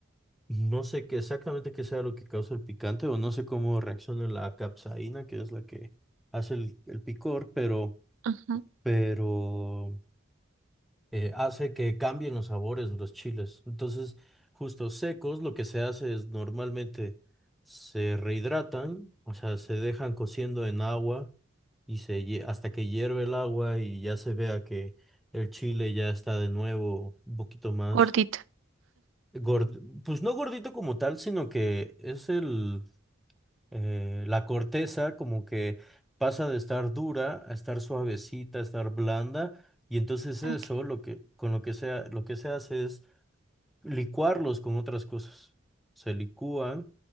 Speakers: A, in the centre; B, on the right (about 80°).
A: no sé qué exactamente qué sea lo que causa el picante o no sé cómo reacciona la capsaína, que es la que hace el, el picor, pero,
B: Ajá,
A: pero eh, hace que cambien los sabores de los chiles. Entonces, justo secos, lo que se hace es normalmente se rehidratan, o sea, se dejan cociendo en agua y se hie- hasta que hierve el agua y ya se vea que el chile ya está de nuevo un poquito más
B: gordito.
A: gord- pues no gordito como tal, sino que es el eh, la corteza como que pasa de estar dura a estar suavecita, a estar blanda, y entonces
B: Okay.
A: eso lo que con lo que sea, lo que se hace es licuarlos con otras cosas. Se licúan,